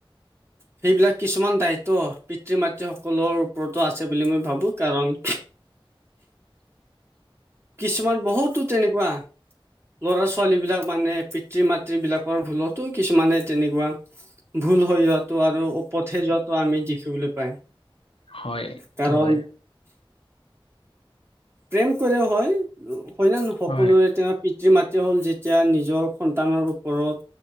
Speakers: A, on the right; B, on the left.
A: সেইবিলাক কিছুমান দায়িত্ব পিতৃ মাতৃ সকলৰ ওপৰতো আছে বুলি মই ভাবো কাৰণ কিছুমান বহুতো তেনেকুৱা ল'ৰা ছোৱালীবিলাক মানে পিতৃ মাতৃবিলাকৰ ভুলতো কিছুমানে তেনেকুৱা ভুল হৈ যোৱাটো আৰু ওপতে যোৱাটো আমি দেখিবলৈ পাই।
B: হয় এইটো
A: কাৰণ
B: হয়।
A: প্ৰেম কৰেও হয় - হয় না নো সকলোৰে
B: হয়,
A: তেওঁ পিতৃ মাতৃ হ'ল যেতিয়া নিজৰ সন্তানৰ ওপৰত